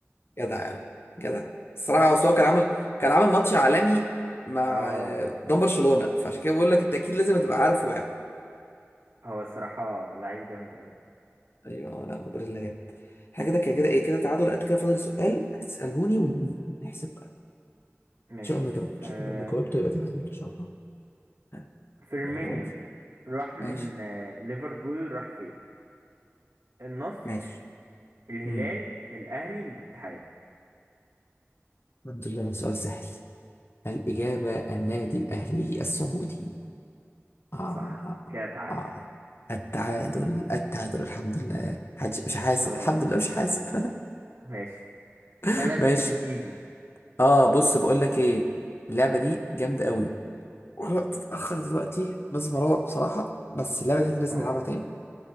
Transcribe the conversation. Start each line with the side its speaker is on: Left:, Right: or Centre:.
Left: جدع يا بابا، جدع الصراحه
Right: صح
Left: اصل هو كان عامل كان عامل ماتش عالمي مع
Right: اه
Left: آه، قدام برشلونه فعشان كده بقول لك انت اكيد لازم تبقى عارفه يعني
Right: هو الصراحة لعيب جامد اوي
Left: ايوه لا هو بريلا جامد احنا كده كده كده ايه كده تعادل قد كده فاضل سؤال هتسالهوني ونحسب بقى
Right: ماشي
Left: ان شاء الله جاوبت ان
Right: آه
Left: شاء الله ما جاوبت يبقى تعادل ان شاء الله ها
Right: فيرمينيو
Left: يلا هو
Right: راح من
Left: ماشي
Right: آه ليفربول راح فين النصر
Left: ماشي
Right: الهلال
Left: امم
Right: الاهلي الاتحاد
Left: الحمد لله سؤال سهل الإجابة النادي الأهلي السعودي آه آه
Right: صح كده تعادل
Left: آه. التعادل التعادل الحمد لله حدش مش حاسب
Right: خلاص
Left: الحمد لله مش حاسب
Right: ماشي
Left: <laughs>
Right: فلت
Left: ماشي
Right: من ايدي
Left: اه بص بقول لك ايه اللعبة دي جامدة قوي والوقت اتأخر دلوقتي لازم اروح بصراحة بس اللعبة دي إحنا لازم
Right: اه
Left: نلعبها تاني